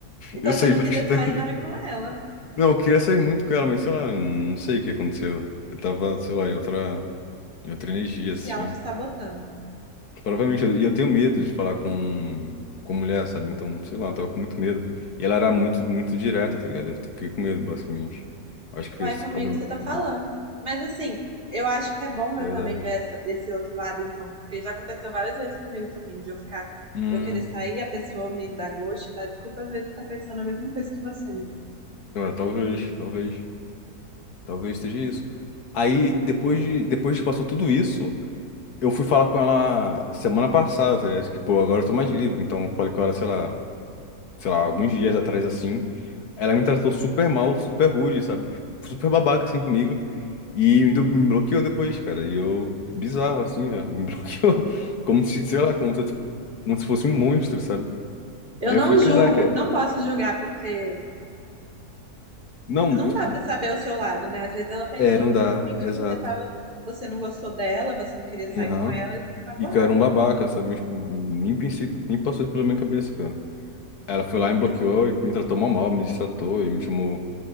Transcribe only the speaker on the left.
Eu saí
bastante.
Não, eu queria sair muito com ela, mas sei lá, não sei o que aconteceu. Eu tava, sei lá, em outra, em outra energia,
assim.
Provavelmente, eu- e eu tenho medo de falar com, com mulher, sabe? Então, sei lá, eu tava com muito medo. E ela era muito, muito direta, tá ligado? Eu fiquei com medo, basicamente. Acho que foi
esse
problema
que eu
fiquei
com medo.
De
verdade.
Hum,
é, talvez, talvez. Talvez seja isso. Aí, depois de, depois que passou tudo isso, eu fui falar com ela semana passada, tá ligado? Que, pô, agora eu tô mais livre. Então, falei com ela, sei lá, sei lá, alguns dias atrás, assim. Ela me tratou super mal, super rude, sabe? Super babaca, assim, comigo. E me, do- me bloqueou depois, cara. E eu, bizarro, assim, velho. Me <laughs> bloqueou. Como se, sei lá, como se, eu- como se fosse um monstro, sabe?
Aí
eu fiquei,
caraca.
Não,
tipo,
é, não
dá,
exato.
Aham.
E, cara, um babaca, sabe? Mas, tipo, nem pensei, nem passou isso pela minha cabeça, cara. Ela foi lá e
me bloqueou
e me tratou mal, mal, me destratou e me chamou.